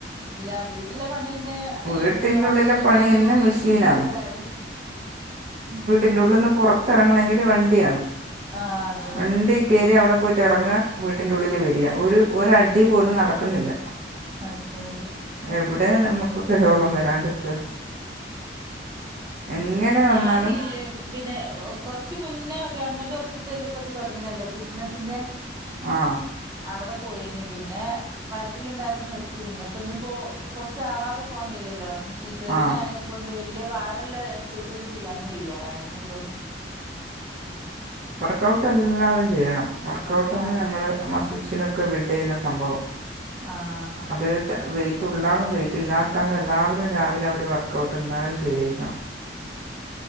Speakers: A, on the right; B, on the right.
A: ഇല്ലാ. വീട്ടിലെ പണിന്നെ
B: വീട്ടിൻ്റെ
A: ഒ വാഷ്മിഷീനും
B: ഉള്ളിലെ പണി തന്നെ മെഷീനാണ്
A: മിക്സി ഒക്കെ ആയി. ഉം.
B: ഉള്ള്ന്ന് പെറത്ത്റ്ങ്ങണെങ്കിൽ വണ്ടി യാണം
A: ആ അതന്നെ
B: ആഹ് വണ്ടി. കേറി അവിടെ പോയിട്ട് ഇറങ്ങ വീട്ടിന്റു ഉള്ളിൽ വരിയ ഒരു ഒരഅടി പോലും നടക്ന്നില്ല.
A: നട്ക്ക്ണില്ല.
B: എവിടെ നമ്മുക്ക് ഒക്കെ രോഗം വരാണ്ട്ക്കാ. എങ്ങനെ.
A: ഞാന്
B: വന്നാലും
A: <unintelligible> പിന്നെ കൊറ്ച്ച് മുന്നേ ഗവൺമെന്റ് ഹോസ്പിറ്റലിൽ ഇപ്പ ഇത് തുടങ്ങി നല്ലോ ഫിറ്റ്നസിന്റെ
B: ആഹ്.
A: അവിടെ പോയിനി പിന്നെ വയറ്റില ണ്ടായ്പ നിർത്തി പിന്നെപ്പ ഇഞ്ഞ്പ്പോ ചാവാതെ പോവാൻ കയില്ലല്ലോ സിസേറിനായേനെ
B: ആ
A: കൊണ്ട് വലിയ ഭാരള്ള എക്സൈസും ചെയ്യാനും വയ്യ വയറിനുള്ളന്നും.
B: വർക്കൗട്ട് എല്ലാവരും ചെയ്യണം. വർക്കൗട്ടാണ്
A: ആഹ്
B: ഞങ്ങൾ മസിൽസിനൊക്കെ ബിൽഡ്യ്യുന്ന സംഭവം.
A: ആഹ്
B: അത് ത് വൈറ്റൂളള ആളും വൈയിറ്റ് ഇല്ലാത്ത ആളും എല്ലാവരും രാവിലെ അവർ വർക്കൗട്ട് എന്താലും ചെയ്തിരിക്കണം.